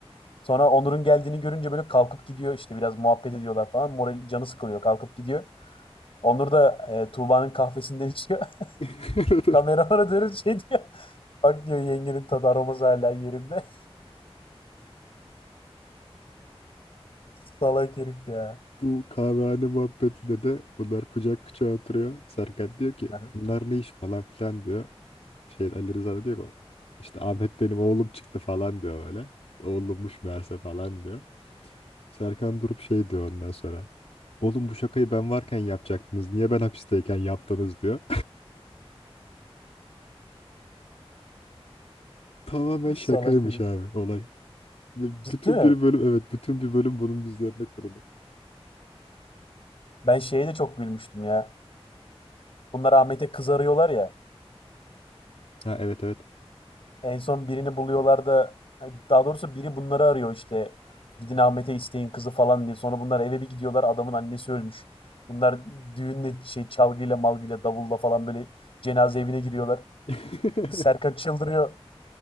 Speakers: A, on the left; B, on the left.
A: Sonra Onur'un geldiğini görünce böyle kalkıp gidiyor işte biraz muhabbet ediyorlar falan. Moral canı sıkılıyor kalkıp gidiyor. Onur da e, Tuğba'nın kahvesinden içiyor. <laughs>
B: <laughs>
A: Kameramana dönüp şey diyor. <laughs> Bak diyor yengenin tadı aroması hala yerinde. <laughs> Salak herif ya.
B: Bu kahvehane muhabbetinde de bunlar kucak kucağa oturuyor. Serkan diyor ki
A: <laughs>
B: bunlar ne iş falan filan diyor. Şey Ali Rıza da diyor ki işte Ahmet benim oğlum çıktı falan diyor öyle. Oğlummuş meğerse falan diyor. Serkan durup şey diyor ondan sonra. Oğlum bu şakayı ben varken yapacaktınız. Niye ben hapisteyken yaptınız diyor. Tamamen
A: Salak
B: şakaymış
A: herif.
B: abi olay. Ve
A: Ciddi
B: Bütün
A: mi?
B: bir bölüm evet bütün bir bölüm bunun üzerine kurulu.
A: Ben şeye de çok gülmüştüm ya. Bunlar Ahmet'e kız arıyorlar ya.
B: Ha evet evet.
A: En son birini buluyorlar da daha doğrusu biri bunları arıyor işte. Gidin Ahmet'e isteyin kızı falan diye. Sonra bunlar eve bir gidiyorlar adamın annesi ölmüş. Bunlar düğünle şey çalgıyla malgıyla davulla falan böyle cenaze evine giriyorlar.
B: <laughs>
A: Serkan çıldırıyor.